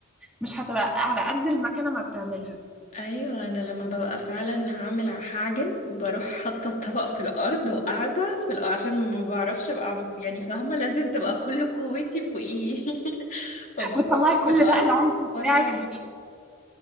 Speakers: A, in the centre; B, on the left (about 35°).
A: مش هتبقى على قد المكنه ما بتعملها
B: ايوه انا لما ببقى فعلا هعمل هعجن بروح حاطه الطبق في الارض وقاعده في الأرض عشان ما بعرفش ابقى عم- يعني فاهمه لازم تبقى كل قوتي فوقيه <laughs> فبحطه
A: وتطلعي
B: في
A: كل
B: الارض
A: بقى العنف بتاعك
B: واتعامل
A: فيه